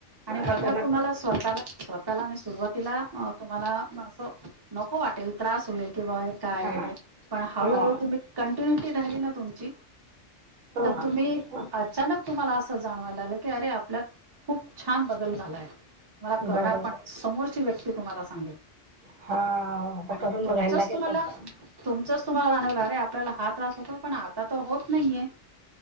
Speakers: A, on the right (about 25°); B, on the right (about 85°).
A: आणि बघा
B: आता नक
A: तुम्हाला स्वतःला स्वतःला आणि सुरु तला तुम्हाला. नको वाटेल त्रास होईल कि बाय काय
B: हा
A: वगैरे पण हळूहळू
B: हा हो
A: तुम्ही कंटिन्युटी राहिली न. तुमची तर
B: हां
A: तुम्ही
B: हां
A: अचानक तुम्हाला अस. जाणवायला लागेल. अरे आपला खूप छान. बदल झालाय मला कळणार
B: बरोबर
A: पण समोरची व्यक्ती तुम्हाला सांगेल
B: हा आता
A: आणि
B: करून
A: तुमचच
B: बघायला लागेल
A: तुम्हाला
B: तसं
A: तुमचच तुम्हाला जाणवलं अरे आपल्याला हा त्रास होता. पण आता त होत नाहीये.